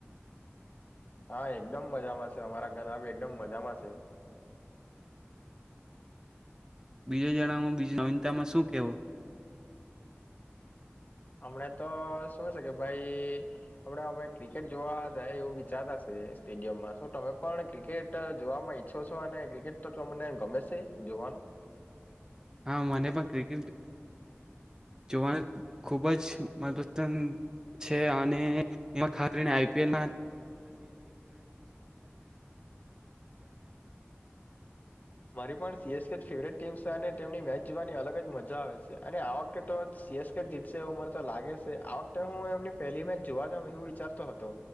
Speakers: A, on the left (about 40°); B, on the right (about 15°).
A: હા એકદમ મજામાં છે અમારા ઘર બી એકદમ મજામાં છે
B: બીજો જણાવ બીજતા માં શું કેવો
A: અમણે તો શુંશે કે ભાઈ આપણા અમે ક્રિકેટ જોવા જાય એવું વિચારતા છે સ્ટેડિયમમાં શ તમે પણ ક્રિકેટ જોવાવામાં ઈચ્છો છો અને ક્રિકેટ તો તમને ગમે છે જોવાનું
B: હા મને પણ ક્રિકેટ જોવાનું ખુબ જ મનપસંદ છે અને ખાસ કરીને આઈપીએલ
A: મારી પણ સીએસકે ફેવરેટ ટીમ છે અને તેમની મેચ જોવાની અલગ જ મજા આવે છે અને આ વખતે તો સીએસકે જીતશે એવું મને તો લાગે છે આ વખતે હું એમની પહેલી મેચ જોવા જાઉં એવું વિચારતો હતો